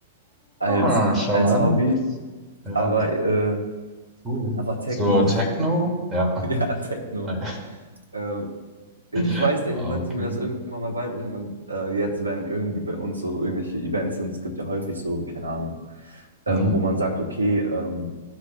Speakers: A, on the right (about 80°); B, in the centre.
A: als,
B: Ah, schau
A: als
B: an.
A: Hobby
B: Ja,
A: Aber, äh,
B: cool.
A: aber Techno.
B: So, Techno?
A: <laughs>
B: Ja.
A: Ja, Techno.
B: Hi.
A: Äh, ich
B: <laughs>
A: weiß nicht,
B: Wow,
A: ich wollte
B: okay.
A: mir das irgendwann mal beibringen und äh, jetzt, wenn irgendwie bei uns so irgendwelche Events sind, es gibt ja häufig so, keine Ahnung, ähm,
B: Hm,
A: wo man sagt, okay, ähm,